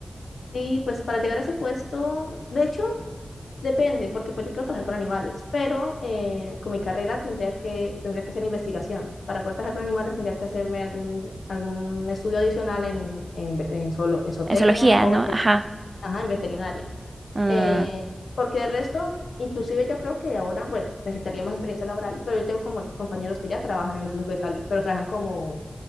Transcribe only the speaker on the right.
En zoología,
¿no?
Ajá.
Mm,